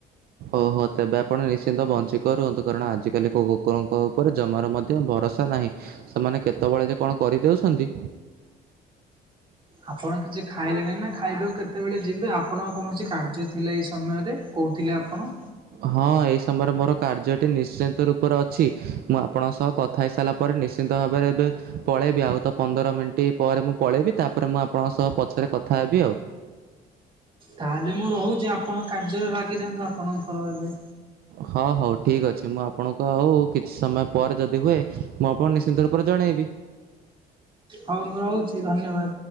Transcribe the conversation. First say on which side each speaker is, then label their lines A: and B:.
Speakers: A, on the right; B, on the right.
A: ଓହୋ ତେବେ ଆପଣ ନିଶ୍ଚିନ୍ତ ବଞ୍ଚି କରଅନ୍ତୁ କାରଣ ଆଜିକାଲି କୋଉ କୁକୁରଙ୍କ ଉପରେ ଜମାର ମଧ୍ୟ ଭରସା ନାହିଁ ସେମାନେ କେତେବେଳେ ଯେ କଣ କରିଦଉଛନ୍ତି
B: ଆପଣ କିଛି ଖାଇଲେନି ନା ଖାଇବାକୁ କେତେବେଳେ ଯିବେ ଆପଣଙ୍କ କୌଣସି କାର୍ଯ୍ୟ ଥିଲା ଏଇ ସମୟରେ କହୁଥିଲେ ଆପଣ
A: ହଁ ଏହିଇ ସମୟରେ ମୋର କାର୍ଯ୍ୟଟି ନିଶ୍ଚିନ୍ତ ରୂପରେ ଅଛି ମୁଁ ଆପଣଙ୍କ ସହ କଥା ହେଇସାରିଲା ପରେ ନିଶ୍ଚିନ୍ତ ଭାବରେ ଏବେ ପଳାଇବି ଆଉ ତ ପନ୍ଦର ମିନିଟ୍ ପରେ ମୁଁ ପଳେଇବି ତା ପ ତାପରେ ମୁଁ ଆପଣଙ୍କ ସହ ପଛରେ କଥା ହେବି ଆଉ
B: ତାହେଲେ ମୁଁ ରହୁଛି ଆପଣ କାର୍ଯ୍ୟରେ ଲାଗିଯାଆନ୍ତୁ ଆପଣଙ୍କର ଏବେ
A: ହଁ ହଉ ଠିକ୍ ଅଛି ମୁଁ ଆପଣଙ୍କୁ ଆଉ କିଛି ସମୟ ପରେ ଯଦି ହୁଏ ମୁଁ ଆପଣ ନିଶ୍ଚିନ୍ତ ରୂପରେ ଜଣେଇବି
B: ହଉ ମୁଁ ରହୁଛି ଧନ୍ୟବାଦ